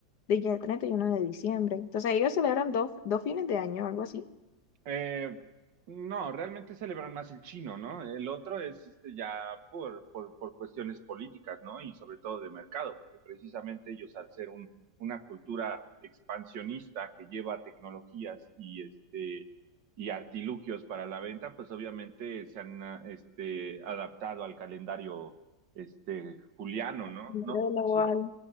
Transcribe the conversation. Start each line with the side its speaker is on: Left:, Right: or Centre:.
Left: de ya 31 de diciembre. Entonces ellos celebran dos, dos fines de año, algo así.
Right: Eh, no, realmente celebran más el chino, ¿no? El otro es este, ya por, por, por cuestiones políticas, ¿no? Y sobre todo de mercado, porque precisamente ellos al ser un, una cultura expansionista que lleva tecnologías y, este, y artilugios para la venta, pues obviamente se han ah, este, adaptado al calendario este, juliano, ¿no?
Left: Primero
Right: No,
Left: de lo
Right: sí